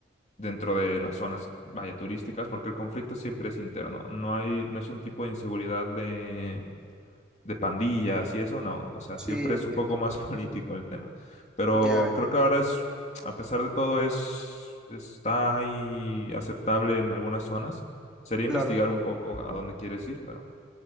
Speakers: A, on the left; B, in the centre.
A: dentro de las zonas, vaya, turísticas, porque el conflicto siempre es interno. No hay, no es un tipo de inseguridad de, de pandillas y eso, no. O sea,
B: Sí,
A: siempre
B: entiendo.
A: es un poco más <laughs> político el tema. Pero
B: Ya,
A: creo
B: ya,
A: que
B: ya.
A: ahora es, a pesar de todo, es, está ahí aceptable en algunas zonas. Sería
B: Claro.
A: investigar un poco a dónde quieres ir, pero